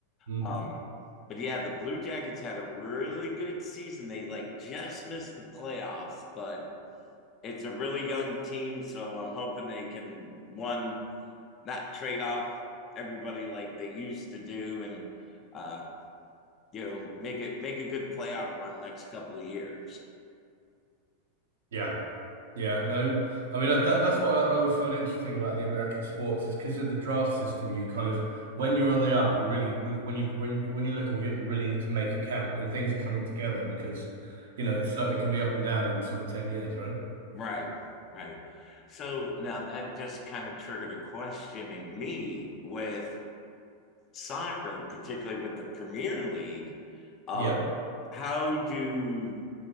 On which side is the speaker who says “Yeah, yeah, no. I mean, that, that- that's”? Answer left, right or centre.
Right